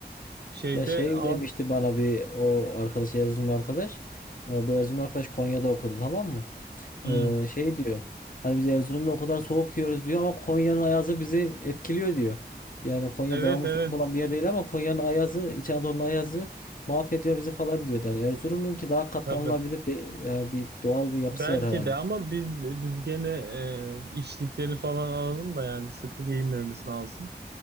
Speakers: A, on the right; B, on the left.
A: Şeyde
B: Ya şey
A: al...
B: demişti bana bir o arkadaş Erzurumlu arkadaş. E, Bu Erzurumlu arkadaş Konya'da okudu tamam mı?
A: Hmm.
B: E, şey diyor. Hani biz Erzurum'da o kadar soğuk yiyoruz diyor ama Konya'nın ayazı bizi etkiliyor diyor. Yani Konya
A: Evet
B: devamlı
A: evet
B: soğuk olan bir yer değil ama Konya'nın ayazı, İç Anadolu'nun ayazı mahvediyor bizi falan diyordu. Hani Erzurum'un ki daha katlanılabilir
A: tabii.
B: de, yani bir doğal bir yapısı
A: Belki
B: var herhalde.
A: de ama biz biz gene e, içlikleri falan alalım da yani sıkı giyinmemiz lazım.